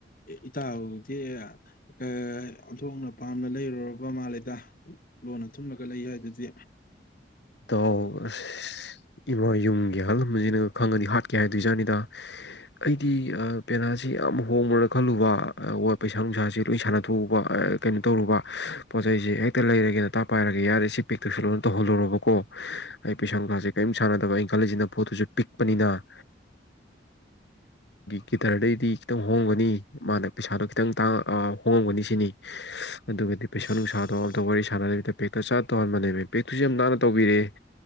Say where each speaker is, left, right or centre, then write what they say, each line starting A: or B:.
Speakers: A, on the left; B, on the left.
A: ꯏꯇꯥꯎꯗꯤ ꯑꯣꯟꯊꯣꯛꯅ ꯄꯥꯝꯅ ꯂꯩꯔꯨꯔꯕ ꯃꯥꯜꯂꯦꯗ ꯂꯣꯟꯅ ꯊꯨꯝꯂꯒ ꯂꯩ ꯍꯥꯏꯗꯨꯗꯤ
B: ꯥꯎ ꯑꯁ ꯏꯃꯥ ꯌꯨꯝꯒꯤꯦ ꯑꯍꯜꯕꯁꯤꯅ ꯈꯪꯉꯗꯤ ꯍꯥꯠꯀꯦ ꯍꯥꯏꯗꯣꯏꯖꯥꯠꯅꯤꯗ ꯑꯩꯗꯤ ꯄꯦꯅꯥꯁꯤ ꯌꯥꯝ ꯍꯣꯡꯉꯨꯔꯅ ꯈꯜꯂꯨꯕ ꯄꯩꯁꯥ ꯅꯨꯡꯁꯥꯁꯤ ꯂꯣꯏ ꯁꯥꯟꯅꯊꯣꯛꯎꯕ ꯀꯩꯅꯣ ꯇꯧꯔꯨꯕ ꯄꯣꯠ ꯆꯩꯩꯁꯤ ꯍꯦꯛꯇ ꯂꯩꯔꯒꯦꯅ ꯇꯥꯛ ꯄꯥꯏꯔꯒ ꯌꯥꯔꯦ ꯁꯤ ꯄꯦꯛꯇꯁꯨ ꯂꯣꯏꯅ ꯇꯧꯍꯜꯂꯨꯔꯕꯀꯣ ꯑꯩ ꯄꯩꯁꯥ ꯥꯁꯦ ꯀꯔꯤꯝ ꯁꯥꯟꯅꯗꯕ ꯑꯩ ꯀꯂꯁꯤꯅ ꯄꯣꯠꯇꯨꯁꯨ ꯄꯤꯛꯄꯅꯤꯅ ꯒꯤꯇꯔꯗꯩꯗꯤ ꯈꯤꯇꯪ ꯍꯣꯡꯒꯅꯤ ꯃꯥꯅ ꯄꯩꯁꯥꯗꯣ ꯈꯤꯇꯪꯥꯡ ꯍꯣꯡꯉꯝꯒꯅꯤ ꯁꯤꯅꯤ ꯑꯗꯨꯒꯗꯤ ꯄꯩꯁꯥ
A: ꯑꯁ
B: ꯅꯨꯡꯁꯥꯗꯧ ꯑꯝꯇ ꯋꯥꯔꯤ ꯁꯥꯟꯅꯗꯕꯤꯗ ꯦꯛꯇ ꯆꯥ ꯇꯧꯍꯟꯕꯅꯦꯕ ꯄꯦꯛꯇꯨꯁꯨ ꯌꯥꯝ ꯅꯥꯟꯅ ꯇꯧꯕꯤꯔꯛꯑꯦ